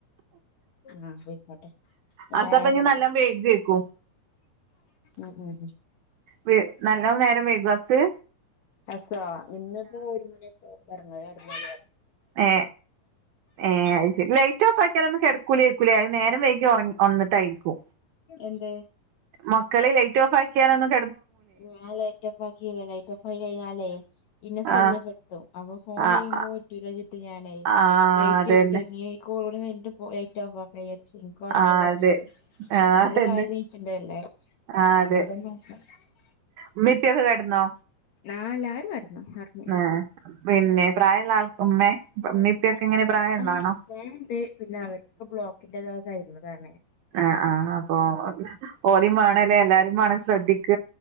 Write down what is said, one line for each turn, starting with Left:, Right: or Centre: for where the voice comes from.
Left: ആഹ് പോയിക്കോട്ടെ
Right: അസപ്പ
Left: ആഹ്
Right: ഇനി നല്ലോം വൈകിയേക്കും
Left: ഉം ഉം
Right: വേ നല്ല നേരം വേഗാസ്
Left: അസാ ഇന്നിപ്പോ ഒരു മണിയൊക്ക റങ്ങ <unintelligible> ആയിരുന്നു
Right: ഏ ഏ ശരി ലൈറ്റ് ഓഫ് ആക്കിയാലൊ ന്നും കിടക്കൂല്ല നേരം വൈകി ഉറങ്ങി ഒണന്നിട്ടായിരിക്കും.
Left: എന്തേ
Right: മക്കളെ ലൈറ്റ് ഓഫ് ആയി ക്യലൊന്നും
Left: ഞാൻ ലൈറ്റ് ഓഫാക്കിയില്ല. ലൈറ്റ് ഓഫാക്കിക്കഴിഞ്ഞാലേ ഇന്നെ ശല്യപ്പെടുത്തും
Right: ആഹ്
Left: അപ്പൊ ഫോൺ
Right: ആഹ്
Left: ചെയ്യുമ്പോ പറ്റുല ചിട്ട് ഞാനെ
Right: ആഹ്
Left: ലൈറ്റ്
Right: അതന്നെ
Left: എടുത്ത് നീ ഈ കൂടെ നിന്നിട്ട് പോയ ലൈറ്റ് ഓഫ്‌ ആക്കാൻ പക്ഷെ എനിക്ക് ഉറക്കം
Right: ആഹ്
Left: വരണുണ്ട്
Right: അതെ ആഹ്
Left: നമ്മള്
Right: അതന്നെ
Left: രാവിലെ നീയിച്ചിണ്ടല്ലേ
Right: ആഹ്
Left: <unintelligible>
Right: അതെ ഉമ്മേം ഉപ്പയുമൊക്കെ കിടന്നോ
Left: ആ എല്ലാരും കെടന്നു ഒറങ്ങി
Right: ആ പിന്നെ പ്രായമുള്ള ആൾക്ക ഉമ്മേ ഉമ്മേം ഉപ്പേം
Left: ആ
Right: ഒക്കെ എങ്ങനെ പ്രായള്ളാണോ
Left: ആ ഞാനുണ്ട് പിന്നെ അവർക്ക് ബ്ലോക്കിന്റെതായിരുന്നതാണേ
Right: ആ അപ്പൊ ഓരിം വാണംല്ലേ എല്ലാരുംവാണം ശ്രദ്ധിക്ക